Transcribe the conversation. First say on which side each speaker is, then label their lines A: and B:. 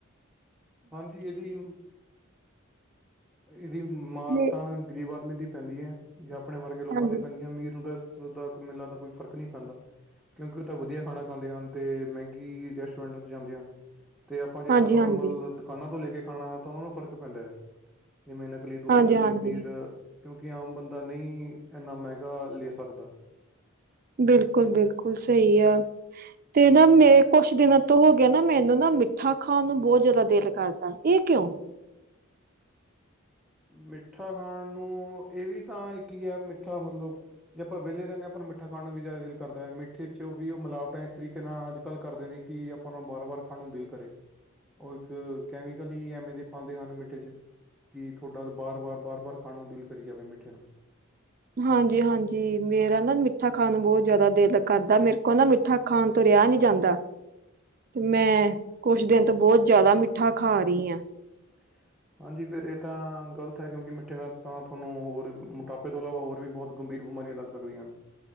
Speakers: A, in the centre; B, on the right.
A: ਹਾਂਜੀ ਇਹਦੀ ਇਹਦੀ ਮਾਰ
B: ਨੇ-
A: ਤਾਂ ਗਰੀਬ ਆਦਮੀ ਦੀ ਪੈਂਦੀ ਹੈ ਜਾਂ ਆਪਣੇ ਵਰਗੇ ਲੋਕਾਂ
B: ਹਾਂਜੀ
A: ਤੇ ਪੈਂਦੀ ਐ। ਅਮੀਰ ਨੂੰ ਤੇ ਦੋ ਦਾ ਕ ਮੇਲਾਂ ਦਾ ਕੋਈ ਫ਼ਰਕ ਨਹੀਂ ਪੈਂਦਾ। ਕਿਉਂਕਿ ਉਹ ਤਾਂ ਵਧੀਆ ਖਾਣਾ ਖਾਂਦੇ ਹਨ ਤੇ ਮਹਿੰਗੀ ਰੈਸਟੋਰੈਂਟਾਂ 'ਚ ਜਾਂਦੇ ਹਨ। ਤੇ ਆਪਾਂ ਜਿੱਥੋਂ
B: ਹਾਂਜੀ
A: ਨੋਰਮਲ
B: ਹਾਂਜੀ
A: ਦੁਕਾਨਾਂ ਤੋਂ ਲੈ ਕੇ ਖਾਣਾ ਤਾਂ ਉਹ ਨੂੰ ਫ਼ਰਕ ਪੈਂਦੈ। ਜਿਵੇਂ ਨਕਲੀ ਦੁੱਧ,
B: ਹਾਂਜੀ
A: ਨਕਲੀ
B: ਹਾਂਜੀ
A: ਪਨੀਰ,, ਕਿਉਂਕਿ ਆਮ ਬੰਦਾ ਨਈ ਇੰਨਾ ਮਹਿੰਗਾ ਲੇ ਸਕਦਾ।
B: ਬਿਲਕੁਲ- ਬਿਲਕੁਲ ਸਹੀ ਆ । ਤੇ ਨਾ ਮੇ ਕੁਸ਼ ਦਿਨਾਂ ਤੋਂ ਹੋ ਗਿਆ ਨਾ ਮੈਨੂੰ ਨਾ ਮਿੱਠਾ ਖਾਣ ਨੂੰ ਬਹੁਤ ਜਾਦਾ ਦਿਲ ਕਰਦਾ। ਇਹ ਕਿਉ।
A: ਮਿੱਠਾ ਖਾਣ ਨੂੰ ਇਹ ਵੀ ਤਾਂ ਇਕ ਹੀ ਹੈ ਮਿੱਠਾ ਮਤਲਬ ਜੇ ਆਪਾਂ ਵਿਹਲੇ ਰਹਿਨੇ। ਆਪਾਂ ਨੂੰ ਮਿੱਠਾ ਖਾਣਾ ਵੀ ਜ਼ਿਆ ਦਿਲ ਕਰਦਾ ਹੈ ।ਮਿੱਠੇ ਚ ਵੀ ਉਹ ਮਿਲਾਵਟਾਂ ਇਸ ਤਰੀਕੇ ਨਾਲ ਅੱਜ ਕੱਲ ਕਰਦੇ ਨੇ ਕਿ ਆਪਾਂ ਨੂੰ ਬਾਰਾਂ ਵਾਰ ਖਾਣ ਨੂੰ ਦਿਲ ਕਰੇ ਉਹ ਇੱਕ ਕੈਮੀਕਲ ਹੀ ਐਵੇਂ ਦੇ ਪਾਂਦੇ ਹਨ ਮਿੱਠੇ ਚ ਕਿ ਤੁਹਾਡਾ ਵਾਰ- ਵਾਰ, ਵਾਰ -ਵਾਰ ਖਾਣ ਨੂੰ ਦਿਲ ਕਰੀ ਜਾਵੇ ਮਿੱਠੇ ਨੂੰ।
B: ਹਾਂਜੀ- ਹਾਂਜੀ ਮੇਰਾ ਨਾ ਮਿੱਠਾ ਖਾਣ ਬਹੁਤ ਜ਼ਿਆਦਾ ਦਿਲ ਕਰਦਾ ਮੇਰੇ ਕੋ ਨਾ ਮਿੱਠਾ ਖਾਣ ਤੋਂ ਰਿਆ ਰਿਹਾ ਨੀ ਜਾਂਦਾ ਤੇ ਮੈਂ ਕੁਛ ਦਿਨ ਤੋਂ ਬਹੁਤ ਜ਼ਿਆਦਾ ਮਿੱਠਾ ਖਾ ਰੀ ਆਂ
A: <unintelligible> ਹਾਂਜੀ ਫਿਰ ਇਹ ਤਾਂ ਗ਼ਲਤ ਹੈ ਕਿਉਂਕਿ ਮਿੱਠੇ ਨਾਲ ਤਾਂ ਤੁਹਾਨੂੰ ਹੋਰ ਮੋਟਾਪੇ ਤੋਂ ਇਲਾਵਾ ਹੋਰ ਵੀ ਬਹੁਤ ਗੰਭੀਰ ਬਿਮਾਰੀਆਂ ਲੱਗ ਸਕਦੀਆਂ ਹਨ